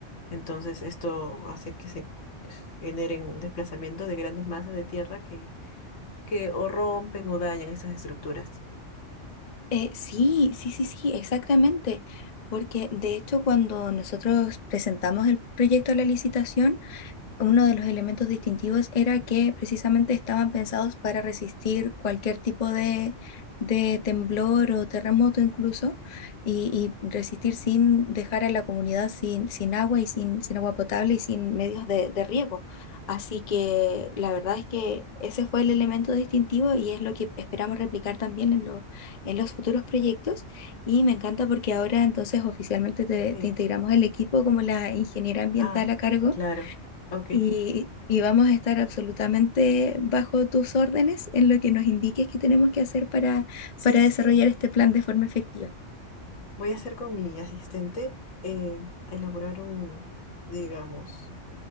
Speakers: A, on the left; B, on the left.
A: Entonces, esto hace que se generen un desplazamiento de grandes masas de tierra que que o rompen o dañan estas estructuras.
B: Eh, sí, sí, sí, sí, exactamente. Porque de hecho cuando nosotros presentamos el proyecto a la licitación, uno de los elementos distintivos era que precisamente estaban pensados para resistir cualquier tipo de, de temblor o terremoto incluso, y, y resistir sin dejar a la comunidad sin, sin agua y sin, sin agua potable y sin medios de, de riego. Así que la verdad es que ese fue el elemento distintivo y es lo que esperamos replicar también en, lo- en los futuros proyectos. Y me encanta porque ahora entonces oficialmente te,
A: Sí.
B: te integramos el equipo como la ingeniera ambiental
A: Ah,
B: a cargo
A: claro. Ok.
B: y, y vamos a estar absolutamente bajo tus órdenes en lo que nos indiques que tenemos que hacer para,
A: Sí,
B: para
A: sí,
B: desarrollar
A: sí.
B: este plan de forma efectiva.
A: Voy a hacer con mi asistente eh, a elaborar un, digamos,